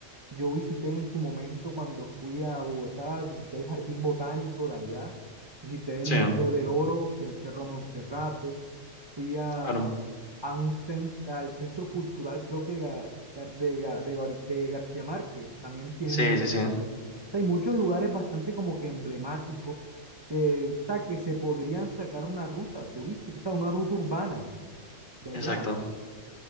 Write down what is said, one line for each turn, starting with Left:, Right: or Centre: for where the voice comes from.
Right: yo visité en su momento cuando fui a Bogotá, visité el Jardín Botánico de allá, visité el
Left: sí,
Right: Museo del Oro, fui al Cerro Monserrate, fui a,
Left: claro.
Right: a un cen- al Centro Cultural, creo que Ga- Gar- de, Ga- de Gar- de García Márquez, también tienen
Left: Sí,
Right: un
Left: sí,
Right: lugar
Left: sí,
Right: sea, hay muchos lugares bastante como que emblemáticos que, o sea, que se podrían sacar una ruta turística, o sea, una ruta urbana de allá.
Left: exacto.